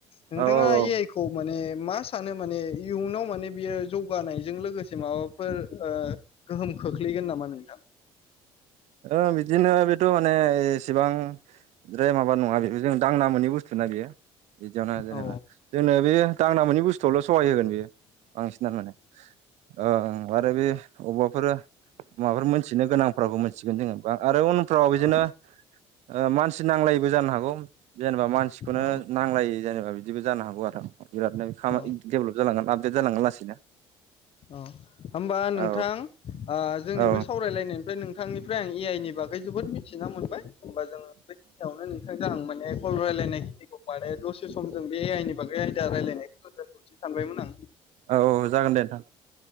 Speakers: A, on the left; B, on the right.
A: नोंथाङा
B: औ औ औ
A: ए आइ खौ माने मा सानो माने इयुनाव माने बियो जौगानायजों लोगोसे माबा फोर ओ गोहोम खोख्लैगोन नामा नोंथां?
B: ओ बिदिनो बेथ' माने एसेबां द्राय माबा नङा बे जों दांना मोनै बुस्थु ना बियो बिदियावनो जेनेबा
A: औ
B: जोंनो बे दांना मोनि बुस्थुआवल' सहाय होगोन बेयो बांसिनानो माने। ओं आरो बे अबबाफोर माबाफोर मोनथिनो गोनांफ्राबो मोनथि मिथिगोन जोङो बा आरो उनफ्राव बिदिनो
A: औ
B: ओ मानसि नांलायिबो जानो हागौ जेनेबा मानसिखौनो
A: औ
B: नांलायि जेनेबा बिदिबो जानो हागौ आरो। बिरादनो बे खा
A: औ
B: डेभेलप जालांगोन आपडेट जालांगोन लासैनो।
A: औ होमबा नोंथां
B: औ
A: ओ जोंनि
B: औ
A: बे सावरायलायनायनिफ्राय नों नोंथांनिफ्राय आं ए आइ नि बागै जोबोर मिथिना मोनबाय होमबा जोङो बेखिनियावनो थां जों माने कल रायलायनाय खिनिखौ बानाय दसे सम जों बे आइदानि बागै आयदाायलायनायखौथ' दोनथ'नि सानबायमोन आं
B: औउ जागोन दे नोंथां